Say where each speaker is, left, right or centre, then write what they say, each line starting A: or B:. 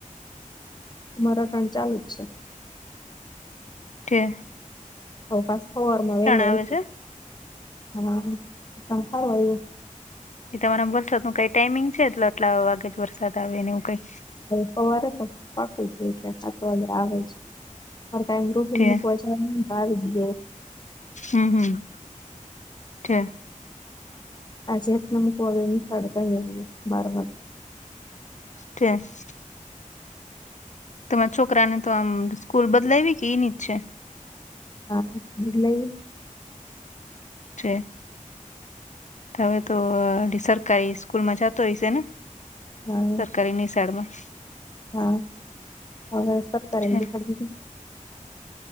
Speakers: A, on the left; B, on the left.
A: મારોથણ ચાલુ જ છે
B: તે
A: તો પા ફરમાં વેલો
B: આવે
A: હોય
B: છે
A: હા પણ સારું આવું
B: એ તમારા વરસાદ નું કઈ ટાઈમિંગ છે એટલે આટલા વાગે જ વરસાદ આવે નેવું કઈ
A: સવારે તો પાકું જોય છે હા તો હ આવે જ કઈ ગ્રુ એમની
B: છે
A: કોચ નાયો
B: હમ હમ છે
A: આજત નમક વગેની સડકા ગ બારબર
B: ટ્રેસ તમારા છોકરાને તો આમ સ્કૂલ બદલાવી કે એની છે
A: હા બટ લ
B: છે હવે તો સરકારી સ્કૂલ માં જતો હોયશે ને
A: હા
B: સરકારી ની સાઈડ માં
A: હા હવે સબ કરેગ
B: છે
A: ફરીથી